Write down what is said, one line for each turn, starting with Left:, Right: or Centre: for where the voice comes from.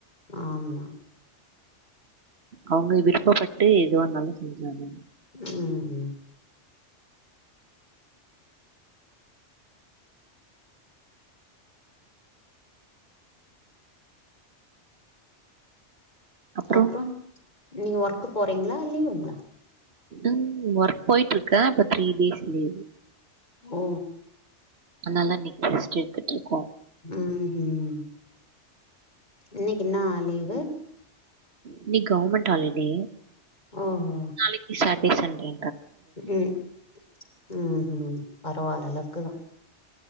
Left: ஆமா
Right: அவங்க விருப்பப்பட்டு எதுவா இருந்தாலு செஞ்சாங்க
Left: ம் ம்
Right: அப்றோ
Left: அப்ரோ நீங்க ஒர்க் போறீங்களா லீவுங்ளா
Right: ம் ஒர்க் போயிட்டு இருக்க இப்ப த்ரீ டேஸ் லீவு
Left: ஓ
Right: அதனால இன்னைக்கு ரெஸ்ட் எடுத்துட்டு இருக்கோ
Left: ம் ம் இன்னைக்கு என்னா லீவு
Right: இன்னைக்கு கவர்மெண்ட் ஹாலிடே
Left: ஓஹோ
Right: நாளைக்கு சாட்டர்டே சண்டே
Left: ம் ம் ம் பரவால்ல லக்குதா